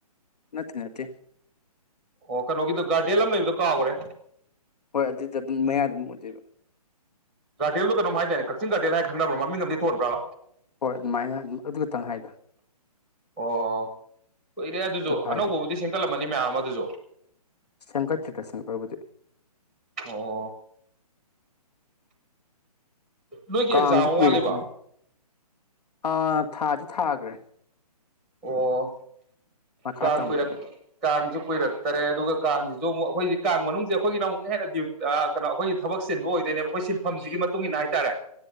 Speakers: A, on the left; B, in the centre.
A: ꯃꯠꯇꯦ ꯅꯠꯇꯦ
B: ꯑꯣ ꯀꯩꯅꯣꯒꯤꯗꯣ ꯒꯥꯔꯗꯦꯟ ꯑꯃ ꯂꯩꯕꯗꯣ ꯀꯥꯎꯈ꯭ꯔꯦ
A: ꯍꯣꯏ ꯑꯗꯨꯗꯤ ꯑꯗꯨꯝ ꯃꯌꯥ ꯑꯗꯨꯝ ꯑꯣꯏꯗꯣꯏꯕ
B: ꯒꯥꯔꯗꯦꯜꯗꯨ ꯀꯣꯝ ꯍꯥꯏꯇꯥꯔꯅꯦ ꯀꯛꯆꯤꯡ ꯒꯥꯔꯗꯦꯜ ꯍꯥꯏ ꯈꯪꯅꯕ꯭ꯔꯥ ꯃꯃꯤꯡ ꯑꯃꯗꯤ ꯊꯣꯟꯕ꯭ꯔꯕ
A: ꯍꯣꯏ ꯑꯗꯨꯃꯥꯏꯅ ꯑꯗꯨ ꯈꯛꯇꯪ ꯍꯥꯏꯗ
B: ꯑꯣ ꯀꯨꯏꯔꯦ ꯑꯗꯨꯁꯨ
A: ꯑꯇꯣꯞꯄ
B: ꯑꯅꯧꯕꯕꯨꯗꯤ
A: ꯍꯥꯏꯗꯦ
B: ꯁꯦꯝꯒꯠꯂꯄ ꯑꯃꯅꯤ ꯃꯌꯥꯝ ꯑꯗꯨꯁꯨ
A: ꯁꯒꯠ ꯆꯤꯇ꯭ꯔ ꯁ ꯄꯒꯕꯗꯤ
B: ꯑꯣ ꯅꯣꯏꯒꯤ
A: ꯀꯥꯡꯁꯨ
B: ꯑꯦꯛꯖꯥꯝ ꯑꯃ
A: ꯀꯨꯏꯔꯛꯇ꯭ꯔꯤꯅꯦ
B: ꯋꯥꯠꯂꯤꯕ
A: ꯑꯥ ꯊꯥꯗꯤ ꯊꯥꯈ꯭ꯔꯦ
B: ꯑꯣ
A: ꯃꯈꯥ
B: ꯀꯥꯡꯥꯟ
A: ꯇꯝꯕꯒꯤ
B: ꯀꯨꯏꯔꯛ ꯀꯥꯡꯥꯟꯁꯨ ꯀꯨꯏꯔꯛꯇꯔꯦ ꯑꯗꯨꯒ ꯀꯥꯡꯁꯤꯁꯨ ꯑꯃꯨꯛ ꯑꯩꯈꯣꯏꯗꯤ ꯀꯥꯡ ꯃꯅꯨꯡꯁꯦ ꯑꯩꯈꯣꯏꯒꯤꯅ ꯑꯃꯨꯛ ꯍꯦꯟꯅ ꯀꯩꯅꯣ ꯑꯩꯈꯣꯏꯒꯤ ꯊꯕꯛ ꯁꯤꯟꯕ ꯑꯣꯏꯗꯣꯏꯅꯦꯕ ꯑꯩꯈꯣꯏ ꯁꯤꯟꯐꯝꯁꯤꯒꯤ ꯃꯇꯨꯡ ꯏꯟꯅ ꯍꯥꯏꯇꯥꯔꯦ